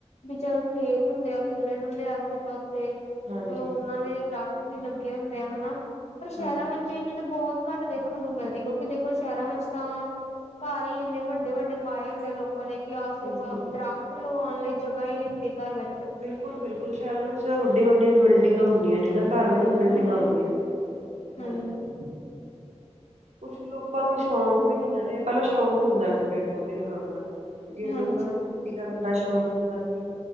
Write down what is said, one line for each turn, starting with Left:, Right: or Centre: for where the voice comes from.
Left: ਬੱਲ ਖੇਤ ਹੁੰਦੇ ਆ ਖੁੱਲ੍ਹੇ ਡੁਲੇਹ ਆਸੇ ਪਾਸੇ। ਚਲੋ
Right: ਹਾਂਜੀ
Left: ਉਹਨਾਂ ਦੇ ਦਰੱਖਤ ਵੀ ਲੱਗੇ ਹੁੰਦੇ ਆ ਹਨਾ ਪਰ ਸ਼ਹਿਰਾਂ
Right: ਹਾਂਜੀ
Left: ਵਿੱਚ ਚੀ ਚੀਜ਼ ਬਹੁਤ ਘੱਟ ਦੇਖਣ ਨੂੰ ਮਿਲਦੀ ਕਿਉਂਕਿ ਦੇਖੋ ਸ਼ਹਿਰਾਂ ਵਿੱਚ ਤਾਂ ਘਰ ਹੀ ਇੰਨੇ ਵੱਡੇ-ਵੱਡੇ ਪਾਏ ਹੁੰਦੇ ਲੋਕ। ਕਹ ਕਿ ਆਸੇ
Right: ਬਿਲਕੁਲ
Left: ਦਰਖ਼ਤ ਲਗਆਉਣ ਲਈ ਜਗ੍ਹਾ ਹੀ ਨਹੀਂ ਹੁੰਦੀ ਘਰ ਵਿੱਚ
Right: ਬਿਲਕੁਲ-ਬਿਲਕੁਲ ਸ਼ਹਿਰਾਂ ਦੇ ਵਿੱਚ ਵੱਡੀਆਂ-ਵੱਡੀਆਂ ਬਿਲਡਿੰਗਾਂ ਹੁੰਦੀਆਂ ਨੇ ਨਾ ਘਰ ਵੀ। ਬਿਲਡਿੰਗਾਂ
Left: ਹਾਂਜੀ
Right: ਹੁੰਦੀਆਂ ਨੇ।
Left: ਹਾਂਜੀ
Right: ਕੁਛ ਲੋਕਾਂ ਨੂੰ ਸ਼ੌਂਕ ਵੀ ਨੀ ਨਾ ਰਿਹਾ ਪਹਿਲਾਂ ਸ਼ੌਂਕ ਹੁੰਦਾ ਸੀ ਪੇੜ ਪੌਦੇੇ ਲਗਾਉਣ ਦਾ ਜਿਵੇਂ
Left: ਹਾਂਜੀ
Right: ਲੋਕਾਂ ਨੂੰ ਖੇਤੀ ਕਰਨ ਦਾ ਸ਼ੌਕ ਹੁੰਦਾ ਸੀ।